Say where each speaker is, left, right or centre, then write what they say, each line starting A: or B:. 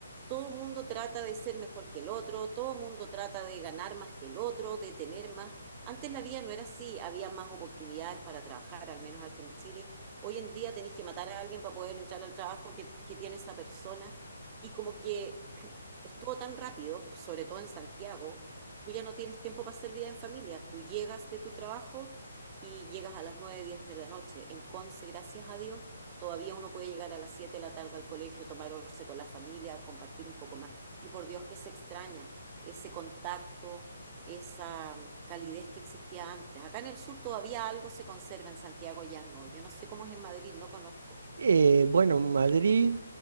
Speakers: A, on the right; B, on the right.
A: Todo el mundo trata de ser mejor que el otro, todo el mundo trata de ganar más que el otro, de tener más. Antes la vida no era así, había más oportunidades para trabajar, al menos aquí en Chile. Hoy en día tenés que matar a alguien para poder entrar al trabajo que, que tiene esa persona. Y como que <clears throat> estuvo tan rápido, sobre todo en Santiago, tú ya no tienes tiempo para hacer vida en familia. Tú llegas de tu trabajo y llegas a las 9 10 de la noche. En Conce, gracias a Dios, todavía uno puede llegar a las 7 de la tarde al colegio, tomar once con la familia, compartir un poco más. Y por Dios que se extraña ese contacto, esa calidez que existía antes. Acá en el sur todavía algo se conserva, en Santiago ya no. Yo no sé cómo es en Madrid, no conozco.
B: Eh, bueno, Madrid.